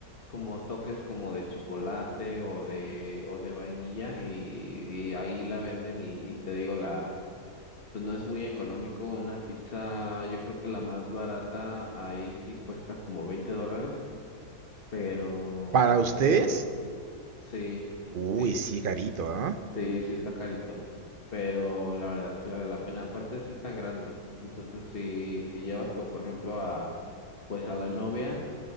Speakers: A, on the left; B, on the right.
A: como toques como de chocolate o de, o de vainilla y, y ahí la venden y, y te digo la, pues no es muy económico. Una pizza, yo creo que la más barata ahí sí cuesta como veinte dólares pero,
B: ¿Para ustedes?
A: pero sí,
B: Uy,
A: sí,
B: sí, carito, ¿ah?
A: sí, sí está carito, pero la verdad sí vale la pena, aparte sí están grandes, entonces si, si llevas como por ejemplo a, pues a la novia,